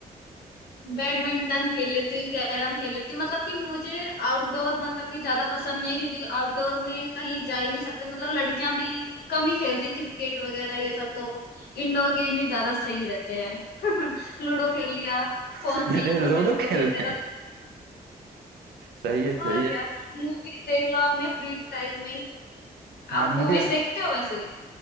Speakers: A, on the left; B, on the right.
A: बैडमिंटन खेल लेती हूँ कैरम खेल लेती हूँ मतलब कि मुझे आउटडोर मतलब कि ज्यादा पसंद नहीं है क्योंकि आउटडोर में कहीं जा ही नहीं सकते मतलब लड़कियां भी कम ही खेलती क्रिकेट वगैरह ये सब तो इंडोर गेम ही ज्यादा सही रहते हैं <laughs> लूडो खेल लिया
B: <laughs>
A: फोन में
B: अरे
A: फोन
B: लूडो
A: में लूडो
B: खेल
A: खेलते
B: रहे
A: रहो
B: हैं सही है
A: और
B: सही है
A: क्या मूवीज देख लो अपने फ्री टाइम में
B: हाँ
A: आप
B: मुझे
A: मूवीज देखते हो वैसे